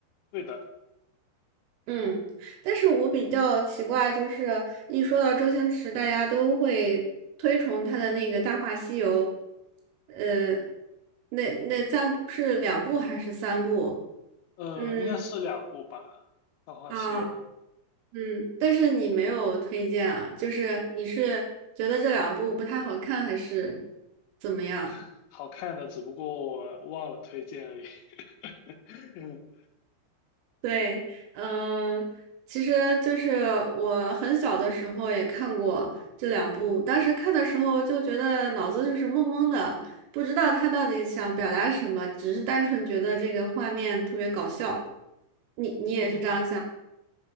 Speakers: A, on the left; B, on the right.
A: 对的，
B: 嗯，但是我比较奇怪，就是一说到周星驰，大家都会推崇他的那个《大话西游》，呃，那那三部是两部还是三部？
A: 呃，
B: 嗯
A: 应该是两部吧，《大话西游》
B: 啊嗯，但是你没有推荐啊，就是你是觉得这两部不太好看，还是怎么样？
A: 好看，好看的，只不过我忘了推荐而已。<laughs>
B: 对，嗯，其实就是我很小的时候也看过这两部，当时看的时候就觉得脑子就是懵懵的，不知道他到底想表达什么，只是单纯觉得这个画面特别搞笑。你你也是这样想？
A: 嗯，